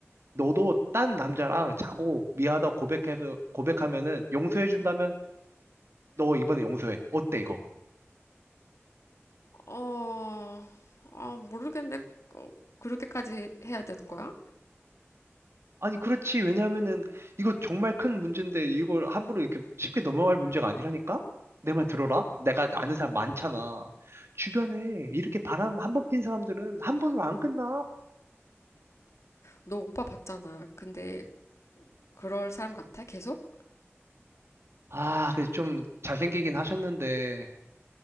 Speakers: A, on the right; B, on the left.
A: 너도 딴 남자랑 자고 미안하다고 고백해서 고백하면은 용서해 준다면 너 이번에 용서해. 어때 이거?
B: 어, 아, 모르겠네. 어, 그렇게까지 해야 되는 거야?
A: 아니 그렇지. 왜냐면은 이거 정말 큰 문제인데 이걸 함부로 이렇게 쉽게 넘어갈 문제가 아니라니까? 내 말 들어라. 내가 아는 사람 많잖아. 주변에 이렇게 바람 한 번 핀 사람들은 한 번으로 안 끝나.
B: 너 오빠 봤잖아. 근데 그럴 사람 같아? 계속?
A: 아, 그래서 좀 잘생기긴 하셨는데